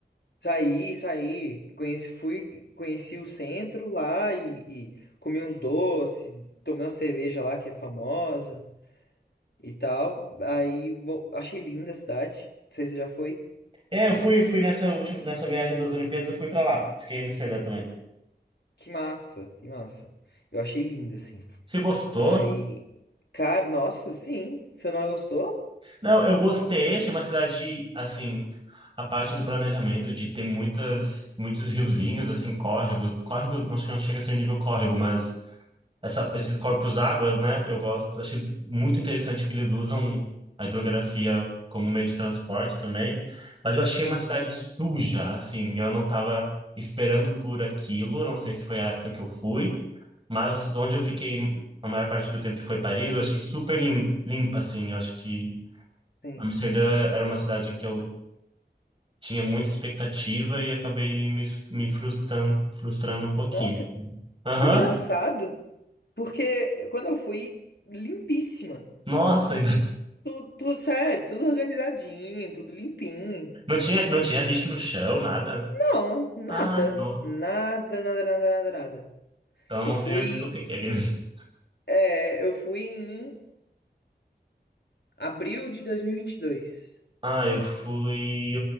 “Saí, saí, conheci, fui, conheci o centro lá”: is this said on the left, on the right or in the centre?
Left